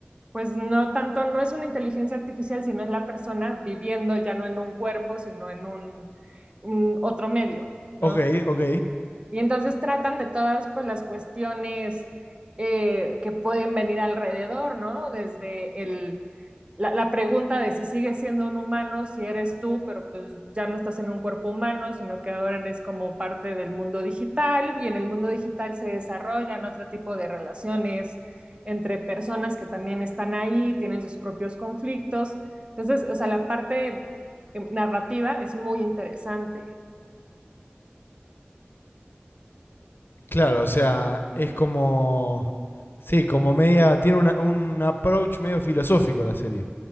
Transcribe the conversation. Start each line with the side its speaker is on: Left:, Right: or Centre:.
Right: pues no tanto, no es una inteligencia artificial, sino es la persona viviendo ya no en un cuerpo, sino en un, un otro medio, ¿no?
Left: Ok, ok.
Right: Y entonces tratan de todas pues, las cuestiones eh, que pueden venir alrededor, ¿no? Desde el, la, la pregunta de si sigues siendo un humano, si eres tú, pero pues ya no estás en un cuerpo humano, sino que ahora eres como parte del mundo digital y en el mundo digital se desarrollan otro tipo de relaciones entre personas que también están ahí, tienen sus propios conflictos. Entonces, o sea, la parte eh, narrativa es muy interesante.
Left: Claro, o sea, es como... Sí, como media... Tiene una- un approach medio filosófico la serie.